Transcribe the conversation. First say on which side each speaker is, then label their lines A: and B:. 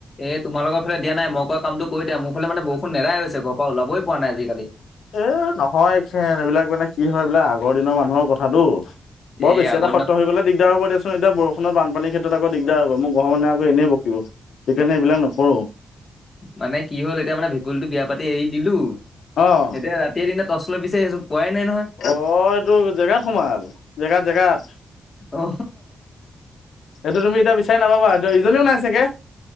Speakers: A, on the left; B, on the left.
A: এই তোমালৰালে দিয়া নাই মই কামটো কৰিিয়া মোৰ ফালে মান বৰুেৰাইৈ ঘৰ পৰা ওলাবইোৱা নাই আজিকালি
B: এ নহয়খেন এইবিলাক মানে কি হয় এইবিলাক আগৰ দিনৰ মানুহৰ কথাাতটো বৰ
A: এই
B: বেছি
A: আগৰ
B: এটাত্য
A: দিনৰ
B: হৈ গলে দিগদাৰ হবিয়াোন এতিয়া বৰ খনতানপানীৰ ক্ষেত্ৰত আকৌ দিগদাৰ হব মোৰ ঘৰ মানে আক এনেইকিব সেইকাৰে এইিলাক নকৰো
A: মানে কি হ'ল এতিয়া মানে ভেকুলীতটো বিয়া পাতি এৰি দিলো
B: অ',
A: এতিয়া ৰাতিয়ৰ দনা তলৈ বিচছে সেইয পোৱাই নহয়
B: অ এইটো জেগাত সোমাল জেগাত জেগাত
A: অ
B: সেইটো তুমি এতিয়া বিচাৰ নাবা এইটো ইজনীও নাই চাগে